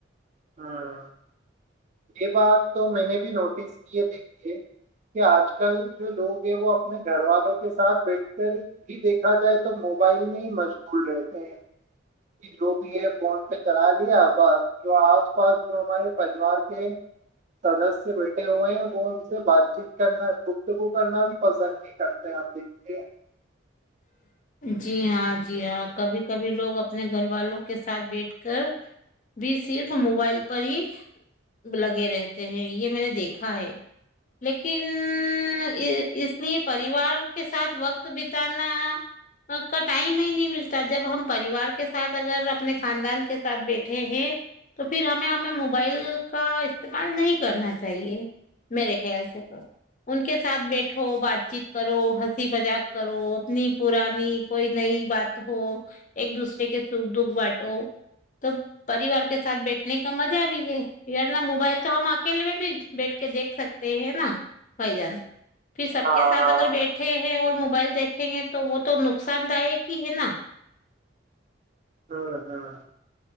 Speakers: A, on the right (about 35°); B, on the left (about 40°).
A: ہاں یہ بات تو میں نے بھی نوٹس کی ہے دیکھیے کہ آج کل جو لوگ ہے وہ اپنے گھر والوں کے ساتھ بیٹھ کر ہی دیکھا جائے تو موبائل میں ہی مشغول رہتے ہیں کہ جو بھی ہے فون پہ چلا لیا ب جو آس پاس جو ہمارے پریوار سدسیہ بیٹھے ہوئے ہیں وہ ان سے بات چیت کرنا گفتگو کرنا بھی پسند نہیں کرتے ہیں آپ دیکھے
B: جی ہاں جی ہاں کبھی کبھی لوگ اپنے گھر والوں کے ساتھ بیٹھ کر بھی صرف موبائل پر ہی لگے رہتے ہیں یہ میں نے دیکھا ہے لیکن کن یہ اس نے پریوار کے ساتھ وقت بتا کا ٹائم ہی نہیں ملتا جب ہم پریوار کے ساتھ اگر اپنے خاندان کے ساتھ بیٹھے ہیں تو پھر ہمیں ہمیں موبائل کا استعمال نہیں کرنا چاہیے میرے خیال سے تو ان کے ساتھ بیٹھو بات چیت کرو ہنسی مذاق کرو اتنی پرانی کوئی نئی بات ہو ایک دوسرے کے سکھ دکھ بانٹو تو پریوار کے ساتھ بیٹھنے کا مزہ بھی ہے یارنہ موبائل تو ہم اکیلے میں بھی بیٹھ کے دیکھ سکتے ہیں نا بھائی جان پھر سب
A: ہاں
B: کے ساتھ
A: ہاں
B: اگر بیٹھے ہیں اور موبائل دیک دکھیں گے تو وہ تو نقصان دایک ہی ہے نا
A: ہاں ہاں